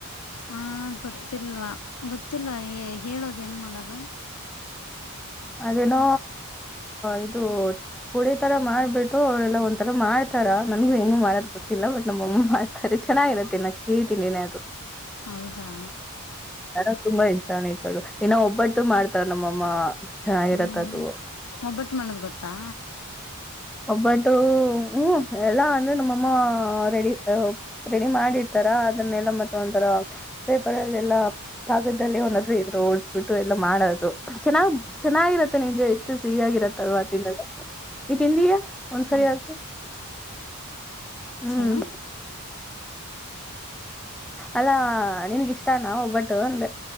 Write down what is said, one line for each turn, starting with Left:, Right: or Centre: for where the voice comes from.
Left: ಹಾ ಗೊತ್ತಿಲ್ವಾ ಗೊತ್ತಿಲ್ಲ ಹೇಳು ಅದ್ ಹೆಂಗ್ ಮಾಡೋದು?
Centre: ಅದೇನೋ ಇದು ಹಡಿ ತರ ಮಾಡ್ಬಿಟ್ಟು ಎಲ್ಲಾ ಒಂಥರ ಮಾಡ್ತಾರ ನನ್ಗು ಹೆಂಗ್ ಮಾಡದ್ ಗೊತ್ತಿಲ್ಲ ಬಟ್ ನಮ್ಮಮ್ಮ ಮಾಡ್ತಾರೆ. ಚೆನ್ನಾಗಿರುತ್ತೆ ನಂಗ್ ಸಿಹಿ ತಿಂಡಿ ಏನಾದ್ರುಏನಾದ್ರು.
Left: ಹೌದಾ?
Centre: ನನಗ್ ತುಂಬಾ ಇಷ್ಟನೇ ಇತ್ತದು ಇನ್ನ ಒಬ್ಬಟ್ಟು ಮಾಡ್ತಾರ್ ನಮ್ಮಮ್ಮ. ಚೆನ್ನಾಗಿರತ್ತ
Left: ಹ್ಮ್
Centre: ಅದು
Left: ಒಬ್ಬಟ್ಟ್ ಮಾಡದ್ ಗೊತ್ತಾ?
Centre: ಒಬ್ಬಟ್ಟು ಹ್ಮ್ ಎಲ್ಲಾ ಅಂದ್ರೆ ನಮ್ಮಮ್ಮ ರೆಡಿ ಹೂಂ ರೆಡಿ ಮಾಡಿರ್ತಾರ. ಅದನ್ನೆಲ್ಲಾ ಮತ್ತೆ ಒಂಥರ ಪೇಪರ್ ಅಲ್ಲಿ ಎಲ್ಲ ಕಾಗದದಲ್ಲಿ ಒಂದತ್ರ ಇದರು ಹೊಓಡ್ಬಿಟ್ಟು ಎಲ್ಲ ಮಾಡ ಚೆನ್ನ್ ಚೆನ್ನಾಗಿರತ್ತೆ ನಿಮಜ ಎಷ್ಟು ಸಿಹಿಯಾಗಿರತ್ತಲ್ ಆ ತಿಿನ ತಿಂದಿಯೇ ಒಂದ್ಸಲಿಯಾದ್ರು
Left: ಹೌದಾ
Centre: ಹ್ಮ್
Left: ಏನು
Centre: ಅಲ್ಲಾ ನಿನ್ಗಿಷ್ಟಾನ ಒಬ್ಬಟ್ಟು ಒಂದೆ